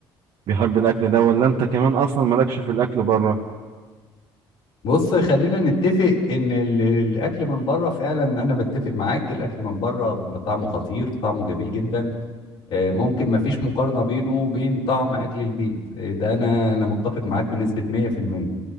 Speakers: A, on the right; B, on the left.
A: بيحب الاكل ده ولا انت كمان اصلا مالكش في الاكل بره
B: بص خلينا نتفق ان ال- الاكل من بره فعلا انا بتفق معاك الاكل من بره بيبقى طعمه خطير طعمه جميل جدا آه، ممكن ما فيش مقارنه بينه وبين طعم اكل البيت آه، ده انا انا متفق معاك بنسبه 100%